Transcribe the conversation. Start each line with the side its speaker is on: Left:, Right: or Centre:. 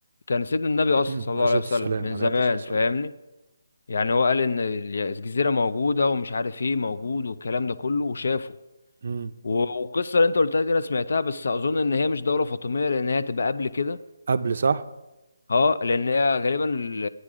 Left: كان سيدنا النبي اصلا
Right: <clears throat>
Left: صلى الله
Right: عليه الصلاه
Left: عليه وسلم
Right: والسلام
Left: من
Right: عليه
Left: زمان
Right: افضل الصلاه والسلام
Left: فاهمني يعني هو قال ان ال- الجزيره موجوده ومش عارف ايه موجود والكلام ده كله وشافه
Right: أمم.
Left: و- والقصه اللي انت قلتها دي انا سمعتها بس اظن ان هي مش دوله فاطميه لان هي هتبقى قبل كده
Right: قبل صح
Left: اه لان هي غالبا ال-